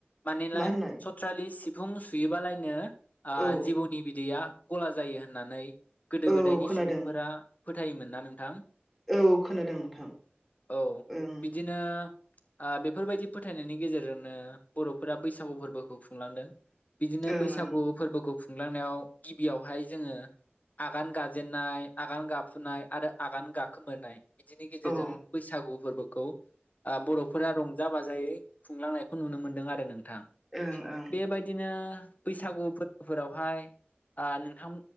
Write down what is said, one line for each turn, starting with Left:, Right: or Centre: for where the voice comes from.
Left: मानेला
Centre: मा होननाय
Left: सथ्रालि सिफुं सुयोबालायनो आ
Centre: औ
Left: जिबौनि बिदैया गोदो
Centre: औ
Left: गोदायनि
Centre: खोनादों
Left: सुबुंफोरा फोथायोमोन ना नोंथां?
Centre: औ खोनादों नोंथां
Left: औ
Centre: ओं
Left: बिदिनो ओ आ बेफोरबायदि फोथायनायनि गेजेरजोंनो बर'फोरा बैसागु फोरबोखौ खु खुंलांदों बिदिनो
Centre: ओं
Left: बैसागु
Centre: ओं
Left: फोरबोखौ खुंलांनायाव गिबियावहाय जोङो आगान गाजेननाय आगान गाफुनाय आरो आगान गाखोमोरनाय बिदिनि गेजेरजों
Centre: औ
Left: बैसागु फोरबोखौ आ बर'फोरा रंजा बाजायै खुंलांनायखौ नुनो मोनदों आरो नों थां
Centre: ओं ओं
Left: बेबायदिनो बैसागु फोरबोफोराव बहाय आ नोंथा